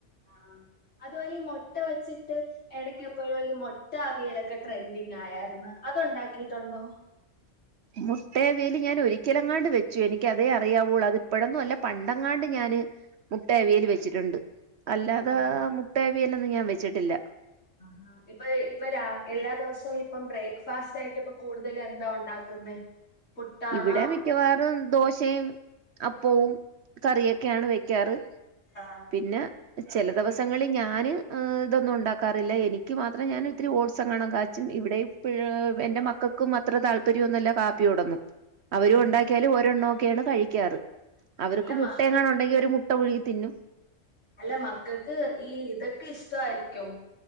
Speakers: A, on the left (about 70°); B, on the right (about 60°).
A: ആ ഹ് അതുപോലെ ഈ മുട്ട വെച്ചിട്ട്. ഇടക്ക എപ്പോഴും ഈ മൊട്ടവിയലൊക്കെ ട്രെൻഡിങ് ആയരുന്നു അത് ഉണ്ടാക്കിയിട്ടുണ്ടോ?
B: മുട്ടേവേൽ ഞാൻ ഒരിക്കലങ്ങാണ്ട് വെച്ചു എനിക്ക അതേ അറിയാവുള്ളൂ അത് ഇപ്പോഴൊന്നും അല്ല പണ്ടങ്ങാണ്ട് ഞാന്. മുട്ടേവിയൽ വെച്ചിട്ടുണ്ട് അല്ലാതെ
A: ആഹ്
B: മുട്ടേവിയലൊന്നും ഞാൻ വെച്ചിട്ടില്ല.
A: ആഹ് ഇപ്പൊ ഇപ്പൊ രാ എല്ലാ ദിവസവും ഇപ്പം ബ്രേക്ക്ഫാസ്റ്റ് ആയിട്ട് ഇപ്പ കൂടുതൽ എന്താ ഉണ്ടാക്കുന്നേ? പുട്ടാണോ
B: ഇവിടെ മിക്കവാറും ദോശയും അപ്പവും കറിയൊക്കെയാണ് വെക്കാറ്.
A: ആഹ്.
B: പിന്നെ. ചില ദിവസങ്ങളിൽ ഞാൻ ഇതൊന്നും ഉണ്ടാക്കാറില്ല. എനിക്ക് മാത്രം ഞാൻ ഒത്തിരി ഓട്സ്‌ എങ്ങാണും കാച്ചും ഇവിടെ എന്റെ മക്കൾക്കും അത്ര താല്പര്യംന്നുംല്ല കാപ്പിയോടൊന്നും. അവരും
A: ആഹാ
B: ഉണ്ടാക്കിയാലും ഒരെണ്ണമ ഒക്കെയാണ് കഴിക്കാറ് അവർക്ക്
A: അല്ല
B: മുട്ട
A: മ
B: എങ്ങണുണ്ടെങ്കിൽ ഒരു മുട്ട പുഴുങ്ങി തിന്നും.
A: അല്ല മക്കക്ക് ഈ ഇതൊക്കെ ഇഷ്ടയിരിക്കും